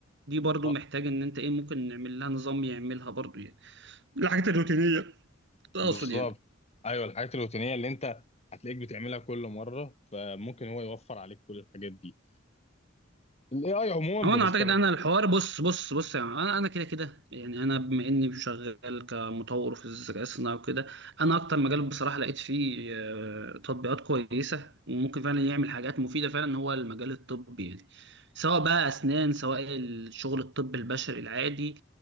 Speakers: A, on the right; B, on the left.
A: دي برضو
B: اه
A: محتاج ان انت ايه ممكن نعمل لها نظام يعملها برضو يعني الحاجات الروتينيه اقصد
B: بالظبط
A: يعني
B: ايوه الحاجات الروتينيه اللي انت هتلاقيك بتعملها كل مره فممكن هو يوفر عليك كل الحاجات دي الاي اي عموما
A: هو
B: بنستخدم
A: انا اعتقد انا الحوار بص بص بص يعني انا انا كده كده يعني انا بما اني شغال كمطور في الذكاء الصناعي وكده انا اكتر مجال بصراحه لقيت فيه آه، تطبيقات كويسه وممكن فعلا يعمل حاجات مفيده فعلا هو المجال الطبي يعني سواء بقى اسنان سواء الشغل الطب البشري العادي